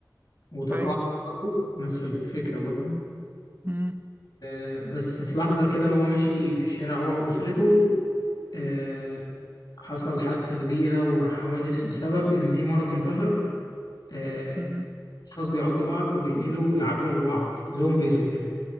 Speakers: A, on the left; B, on the right.
A: وتقاعد
B: ايوه
A: برضو نفس الفكره برضو
B: مم.
A: آه، بس في لحظة كده وهو ماشي في الشارع هو وأسرته آه، حصل حادثة كبيرة وحوادث بسبب إن في مرض انتشر آه،
B: مم.
A: أشخاص بيعضوا بعض وبينقلوا العدوى لبعض زومبيز وكده